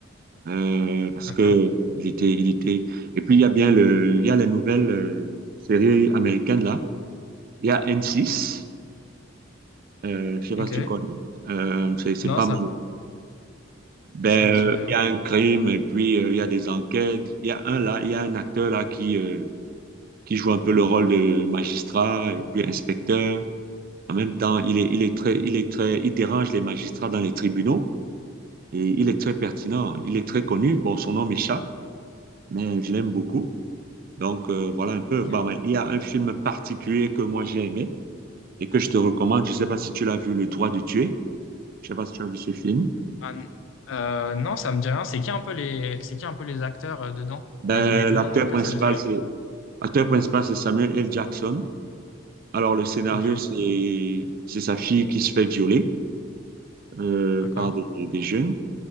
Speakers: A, on the right; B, on the left.
A: euh, parce
B: D'accord.
A: que il était, il était. Et puis, il y a bien le, il y a les nouvelles euh, séries américaines là. Il y a N6, euh, je sais pas
B: Ok.
A: si tu connais. Euh, c'est c'est
B: Non,
A: pas
B: ça,
A: mon. Ben,
B: ça me dit
A: euh,
B: rien.
A: il y a un crime et puis euh, il y a des enquêtes. Il y a un là, il y a un acteur là qui, euh, qui joue un peu le rôle de magistrat et puis inspecteur. En même temps, il est, il est très, il est très, il dérange les magistrats dans les tribunaux et il est très pertinent. Il est très connu. Bon, son nom m'échappe, mais je l'aime beaucoup. Donc euh, voilà un peu.
B: Ok.
A: Bah, ouais, il y a un film particulier que moi j'ai aimé et que je te recommande. Je sais pas si tu l'as vu, Le droit de tuer. Je sais pas si tu as vu ce film.
B: Ah, n- euh, non, ça me dit rien. C'est qui un peu les, c'est qui un peu les acteurs euh, dedans?
A: Ben,
B: Mais de, de
A: l'acteur
B: nom, en tout cas,
A: principal,
B: ça me dit rien.
A: c'est l'acteur principal, c'est Samuel L. Jackson. Alors, le scénario,
B: Ok.
A: c'est c'est sa fille qui se fait violer euh,
B: D'accord.
A: par des, des jeunes.